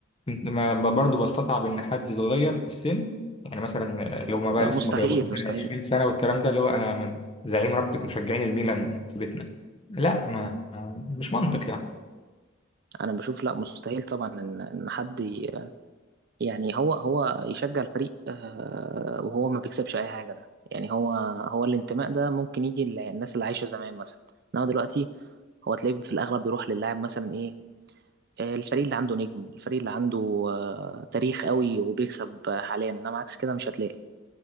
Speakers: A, on the left (about 25°); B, on the right (about 50°).
A: ما برضه بستصعب ان حد صغير في السن يعني مثلا لو ما بقى
B: لا
A: لسه
B: مستحيل
A: ما جابوش مثلا
B: مستحيل
A: 20 سنه والكلام ده اللي هو انا من زعيم رابطه مشجعين الميلان في بيتنا لا ما مش منطق يعني
B: انا بشوف لا مستحيل طبعا ان ان حد ي- يعني هو هو يشجع الفريق آه، وهو ما بيكسبش اي حاجه ده يعني هو هو الانتماء ده ممكن يجي للناس اللي عايشه زمان مثلا انما دلوقتي هو تلاقيه في الاغلب بيروح للاعب مثلا ايه آه، الفريق اللي عنده نجم الفريق اللي عنده آه، تاريخ قوي وبيكسب آه، حاليا انما عكس كده مش هتلاقي